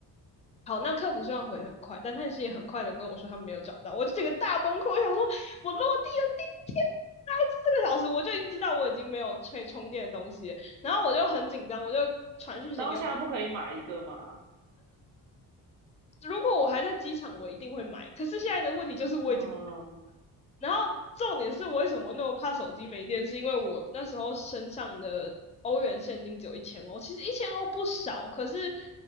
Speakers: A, on the left; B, on the right.
A: 好，那客服虽然回的很快，但他也是也很快的跟我说他没有找到，我就整个大崩溃，我想说，我落地的第一天。大概四个小时，我就已经知道我已经没有可以充电的东西了然后我就很紧张，我就传讯息给我
B: 当下不可以买一个嘛？
A: 如果我还在机场，我一定会买。可是现在的问题就是我已经，
B: 嗯
A: 然后重点是我为什么那么怕手机没电，是因为我那时候身上的欧元现金只有一千欧，其实一千欧不少，可是